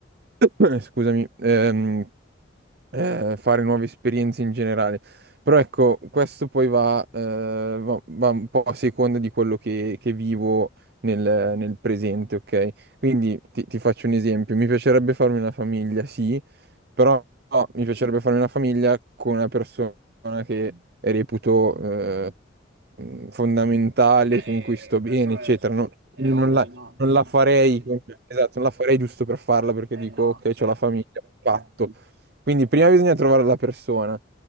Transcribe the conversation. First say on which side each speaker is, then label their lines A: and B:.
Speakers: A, on the right; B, on the right.
A: <clears throat> Scusami, ehm, eh, fare nuove esperienze in generale. Però ecco, questo poi va, eh, va- va un po' a seconda di quello che, che vivo nel, nel presente, ok? Quindi ti, ti faccio un esempio. Mi piacerebbe farmi una famiglia, sì, però no, mi piacerebbe farmi una famiglia con una persona che reputo, eh, mh, fondamentale,
B: Beh,
A: con cui sto
B: eh, questo
A: bene,
B: è,
A: eccetera. Non,
B: è
A: quindi
B: ovvio,
A: non la,
B: no?
A: non la
B: No.
A: farei, esatto, non la farei giusto per farla perché
B: Eh
A: dico,
B: no,
A: ok,
B: certo.
A: ho la famiglia, patto. Quindi prima bisogna trovare la persona